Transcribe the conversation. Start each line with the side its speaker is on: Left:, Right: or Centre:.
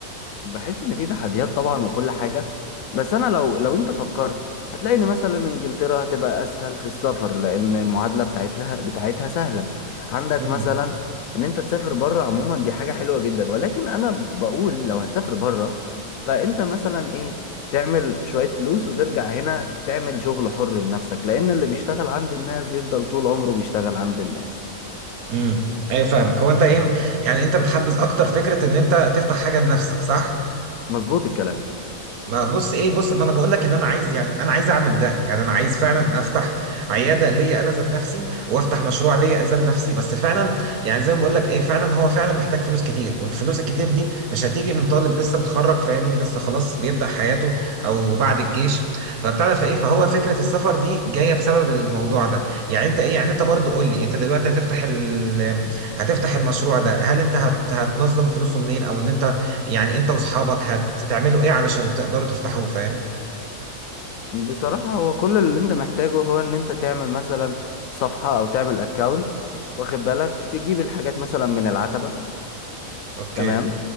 Left: بحس ان في تحديات طبعا وكل حاجه بس انا لو لو انت فكرت هتلاقي ان مثلا انجلترا هتبقى اسهل في السفر لان المعادله بتاعتها بتاعتها سهله عندك
Right: امم
Left: مثلا ان انت تسافر بره عموما دي حاجه حلوه جدا ولكن انا بقول لو هتسافر بره فانت مثلا ايه تعمل شويه فلوس وترجع هنا تعمل شغل حر لنفسك لان اللي بيشتغل عند الناس بيفضل طول عمره بيشتغل عند الناس
Right: امم ايوه فاهمك هو انت ايه يعني انت بتحبذ اكتر فكره ان انت تفتح حاجه لنفسك صح
Left: مظبوط الكلام
Right: ما بص ايه بص ما انا بقول لك ان انا عايز يعني انا عايز اعمل ده يعني انا عايز فعلا افتح عياده ليا انا ذات نفسي وافتح مشروع ليا ذات نفسي بس فعلا يعني زي ما بقول لك ايه فعلا هو فعلا محتاج فلوس كتير والفلوس الكتير دي مش هتيجي من طالب لسه متخرج فاهمني لسه خلاص بيبدأ حياته او بعد الجيش فبتعرف ايه فهو فكره السفر دي جايه بسبب الموضوع ده يعني انت ايه يعني انت برضه قول لي انت دلوقتي هتفتح ال... هتفتح المشروع ده هل انت هت... هتنظم فلوسه منين او ان انت يعني انت واصحابك هتعملوا ايه علشان تقدروا تفتحوه فاهم
Left: بصراحة هو كل اللي انت محتاجه هو ان انت تعمل مثلا صفحة او تعمل اكاونت واخد بالك تجيب الحاجات مثلا من العتبة
Right: اوكي
Left: تمام